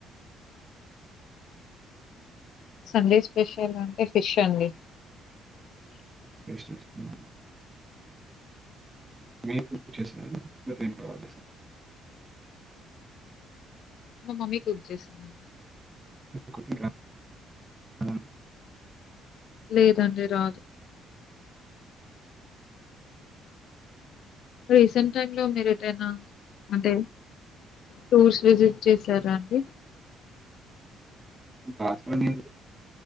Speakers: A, on the left; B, on the right.
A: సండే స్పెషల్ అంటే ఫిష్ అండి
B: రైస్ చేసుకున్నాను మీ మీ ఏం కావాలి
A: మా మమ్మీ గుర్తుచేసింది
B: మీకు కుకింగ్ రాదా
A: లేదండి రాదు రీసెంట్ టైమ్ లో మీరు ఏటైనా అంటే టూర్స్ విజిట్ చేశారా అండి
B: హాస్టల్లో నేను